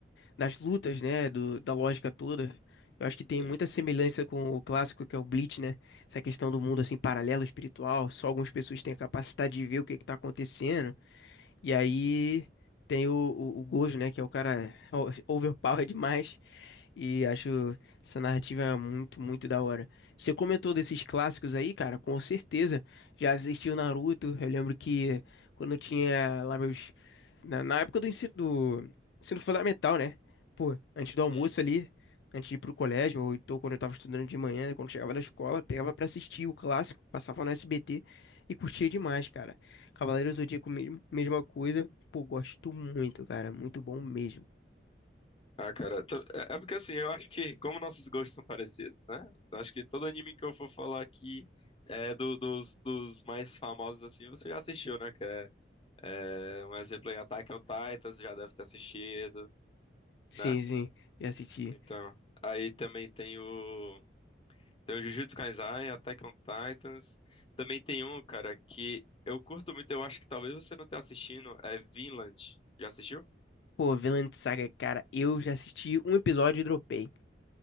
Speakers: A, on the left; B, on the left.
A: das lutas, né? Do, da lógica toda. Eu acho que tem
B: sim.
A: muita semelhança com o clássico que é o Bleach, né? Essa questão do mundo assim paralelo espiritual. Só algumas pessoas têm a capacidade de ver o que que tá acontecendo. E aí tem o, o, o Gojo, né? Que é o cara o- overpower <laughs> demais. E acho essa narrativa muito, muito da hora. Você comentou desses clássicos aí, cara, com certeza. Já assisti o Naruto. Eu lembro que quando eu tinha lá meus. Na, na época do ensino, do ensino fundamental, né? Pô, antes do almoço
B: Uhum.
A: ali, antes de ir pro colégio, ou então quando eu tava estudando de manhã, né, quando chegava da escola, pegava pra assistir o clássico, passava no SBT e curtia demais, cara. Cavaleiros do Zodíaco, mesmo- mesma coisa. Pô, gosto muito, cara. Muito bom mesmo.
B: Ah, cara, t- é é porque assim, eu acho que, como nossos gostos são parecidos, né? Eu Acho que todo anime que eu for falar aqui é do- dos, dos mais famosos, assim, você já assistiu, né? Que é, é, um exemplo aí, Attack on Titan, você já deve ter assistido,
A: Sim,
B: né?
A: sim, já assisti.
B: Então, aí também tem o. Tem o Jujutsu Kaisen, Attack on Titans. Também tem um, cara, que eu curto muito, eu acho que talvez você não tenha assistindo, é Vinland. Já assistiu?
A: Pô, Vinland Saga, cara, eu já assisti um episódio e dropei.